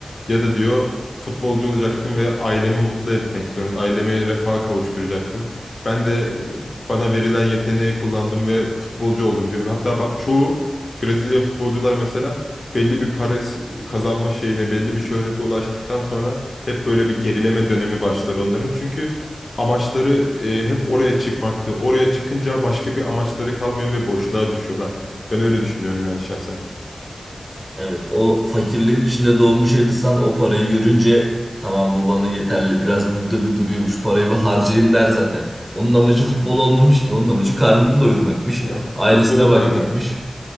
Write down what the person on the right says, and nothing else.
Evet, o fakirliğin içinde doğmuş her insan o parayı görünce tamam bu bana yeterli biraz burada bir duruyormuş parayı bir harcayayım der zaten. Onun amacı futbol olmamış ki onun amacı karnını doyurmakmış,
ailesine
bakmakmış.